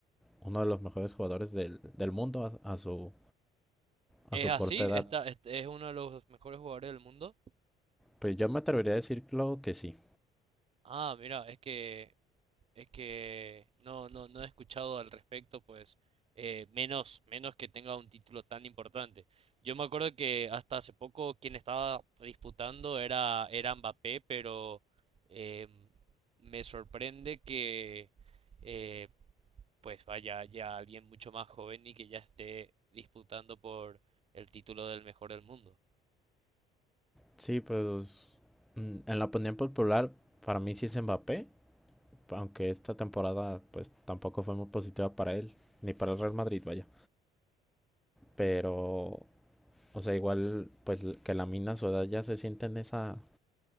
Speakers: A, in the centre; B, on the right.
A: uno de los mejores jugadores del, del mundo a, a su,
B: ¿Es
A: a su corta
B: Sí, así? por
A: edad.
B: ¿Está, supuesto. este- es uno de los mejores jugadores del mundo?
A: Pues yo me atrevería a decirlo que sí.
B: Ah, mira, es que Es que no, no, no he escuchado al respecto, pues eh, menos, menos que tenga un título tan importante. Yo me acuerdo que hasta hace poco quien estaba disputando era, era Mbappé, pero eh, me sorprende que eh, pues vaya ya alguien mucho más joven y que ya esté disputando por el título del mejor del mundo.
A: Sí, pues mm, en la opinión popular, para mí sí es Mbappé, aunque esta temporada pues tampoco fue muy positiva para él, ni para el Real Madrid, vaya. Pero, o sea, igual pues l- que la mina a su edad ya se siente en esa,